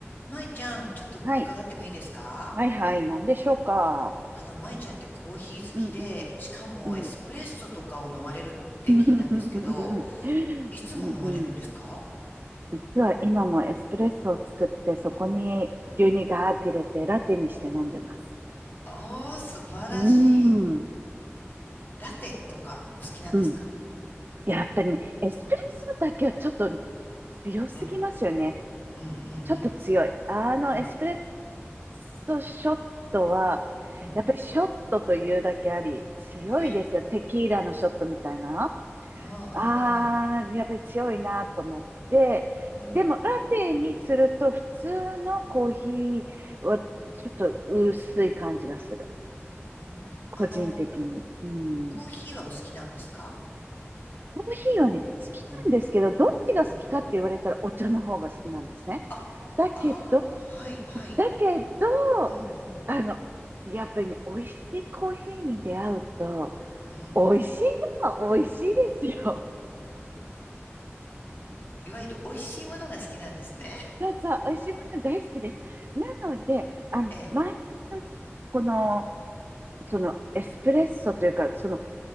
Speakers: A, on the left (about 45°); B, on the right (about 45°).
A: 舞ちゃん、ちょっと伺ってもいいですか
B: はい。はいはい。何でしょうか。
A: あの、舞ちゃんってコーヒー好きで、
B: うんうん。
A: しかもエスプレッソとかを飲まれるって聞いたんですけど、
B: うん。<laughs> うん
A: いつも飲まれるんですか
B: うん。実は今もエスプレッソを作って、そこに牛乳ガーって入れて、ラテにして飲んでます。
A: ああー、素晴らしい。
B: うん。
A: ラテとかお好きなんですか
B: うん。やっぱりね、エスプレッソだけはちょっと強すぎますよね。
A: うん、うん、うん、
B: ちょっと強い。
A: うん、
B: あの、
A: うん、
B: エスプレッソショットは、
A: うん。
B: やっぱりショットというだけあり、強いですよ。
A: はい。
B: テキーラのショットみたいな。
A: ああ、
B: ああ、やっぱり強いなと思って、
A: うん、うん、うん。
B: でもラテにすると普通のコーヒーはちょっと薄い感じがする。
A: うんあの、
B: 個人的に。うん。
A: コーヒーはお好きなんですか
B: コーヒーはね、好きなんですけど、
A: うん、
B: どっちが好きかって言われたらお茶の方が好きなんですね。
A: うん。あ、あ
B: だけど、
A: あ、はい、はい。
B: だけど、
A: うん、うん、
B: あの、やっぱりね、美味しいコーヒーに出会うと、
A: うん。
B: 美味しいのは美味しいですよ。
A: いわゆる美味しいものが好きなんですね。
B: そうそう、美味しいもの大好きです。なので、あの、
A: ええ。
B: マイアミのね、この、そのエスプレッソというか、その